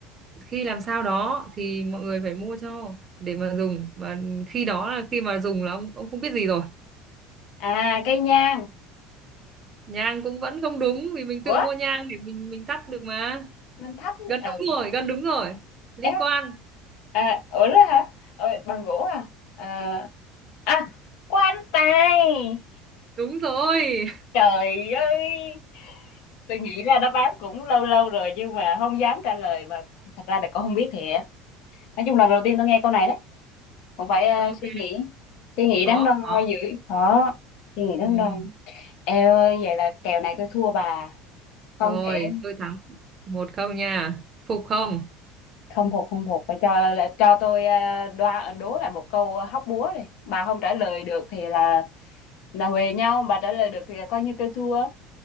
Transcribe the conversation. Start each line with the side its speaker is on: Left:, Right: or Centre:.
Right: khi làm sao đó thì mọi người phải mua cho để mà dùng và khi đó là khi mà dùng là ông ông không biết gì rồi
Left: à cây nhang
Right: nhang cũng vẫn không đúng vì mình tự
Left: ủa
Right: mua nhang để mình mình thắp được mà
Left: mình thắp
Right: gần
Left: ừ
Right: đúng rồi gần đúng rồi liên
Left: Em
Right: quan
Left: à ủa đó hả? Ờ, bằng gỗ à? À à quan tài.
Right: đúng rồi <laughs>
Left: Trời ơi. Tôi nghĩ ra đáp án cũng lâu lâu rồi nhưng mà không dám trả lời mà thật ra là con không biết thiệt. Nói chung là đầu tiên tôi nghe câu này đấy. Cũng phải ờ,
Right: ok
Left: suy nghĩ, suy nghĩ
Right: khó
Left: đắn đo
Right: khó
Left: dữ. khó, suy nghĩ đắn
Right: ừ.
Left: đo. Eo ơi vậy là kèo này tôi thua bà. Không
Right: rồi
Left: thể
Right: tôi thắng một không nha phục không
Left: không phục không phục phải cho cho tôi ờ, đoa đố lại một câu hóc búa đi bà không trả lời được thì là là huề nhau bà trả lời được thì là coi như tôi thua